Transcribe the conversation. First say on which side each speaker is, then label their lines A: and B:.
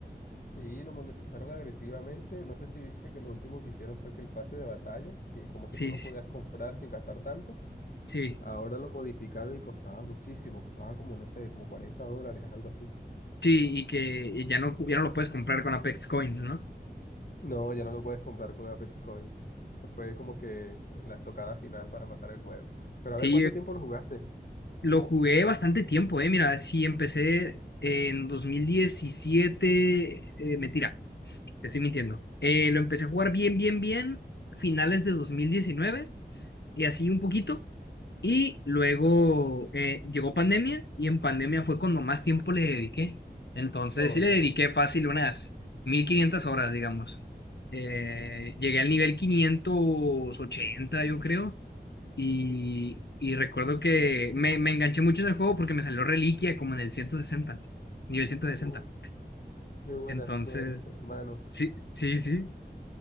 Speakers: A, on the left; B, on the left.
A: Sí, lo monetizaron agresivamente. No sé si viste que lo último que hicieron fue que el pase de batalla, que como que
B: Sí,
A: tú lo
B: sí,
A: podías comprar sin gastar tanto.
B: sí.
A: Ahora lo modificaron y costaba muchísimo, costaba como, no sé, como 40 dólares, algo así.
B: Sí, y que ya no, ya no lo puedes comprar con Apex Coins, ¿no?
A: No, ya no lo puedes comprar con Apex Coins. Eso fue como que la estocada final para matar el juego. Pero
B: Sí,
A: a ver, ¿cuánto tiempo lo jugaste?
B: Lo jugué bastante tiempo, eh. Mira, sí, empecé en 2017. eh, mentira, te estoy mintiendo. Eh, lo empecé a jugar bien, bien, bien, finales de 2019 y así un poquito. Y luego eh, llegó pandemia y en pandemia fue cuando más tiempo le dediqué. Entonces
A: Obvio.
B: sí le dediqué fácil unas 1500 horas, digamos. Eh, llegué al nivel quinientos ochenta, yo creo. Y, y recuerdo que me, me enganché mucho en el juego porque me salió Reliquia como en el 160 nivel ciento sesenta
A: Uf, qué buena
B: Entonces,
A: suerte, hermano.
B: sí, sí, sí.